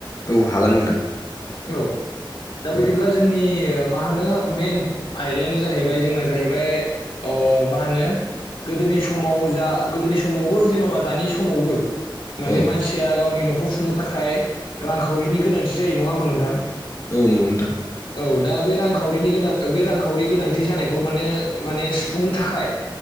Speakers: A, on the left (about 40°); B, on the left (about 75°).
A: औ हागोन नोंथां।
B: औ दा बिदिब्ला
A: औ
B: जोंनि मा होनो मेन आयदायानो जाहैबाय जोंना जाहैबाय ओ मा होनो गोदोनि समाव जा गोदोनि समावबो जेन'बा दानि समावबो माने
A: औ
B: मानसिया गावनि न'खौ सुनो थाखाय रांखावरिनि गोनांथि जायो नङा होमबा नोंथां।
A: औ नंगौ नोंथां।
B: औ दा बे रांखावरिनि गोनां बे रांखावरि गोनांथि जानायखौ माने माने सुफुंनो थाखाय